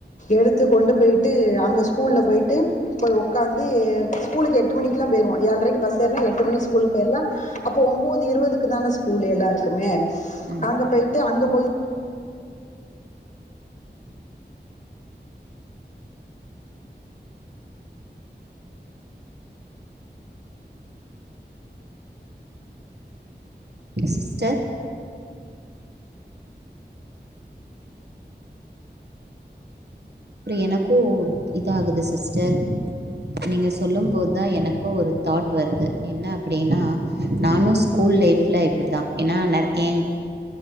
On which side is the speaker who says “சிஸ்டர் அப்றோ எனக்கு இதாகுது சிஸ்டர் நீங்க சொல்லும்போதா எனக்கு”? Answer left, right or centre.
Right